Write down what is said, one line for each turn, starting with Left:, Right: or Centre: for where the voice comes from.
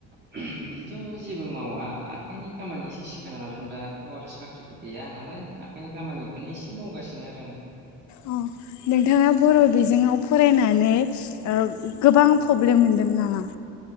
Right: <unintelligible> बिदिथ' जेबो मावा आखाइनि खामानिसो सिखायना लादों दाथ' आरो साख्रिबो गैया नालाय आखाइनि खामानिखौनो एसे मावगासिनो आरो आंबो
Left: अ नोंथाङा बर' बिजोङाव फरायनानै ओ गोबां प्रब्लेम मोनदों नामा?